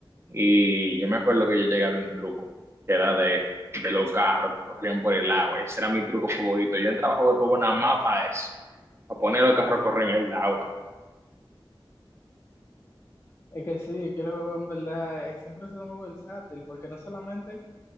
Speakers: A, on the right (about 30°); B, on the left (about 30°).
A: Y yo me acuerdo que yo llegué a ver un truco, que era de, de los carros que corrían por el agua. Ese era mi truco favorito. Yo entraba a jugar el juego nada más para eso, a poner los carros a correr en el agua.
B: Es que sí, es que el juego en verdad eh, siempre ha sido muy versátil, porque no solamente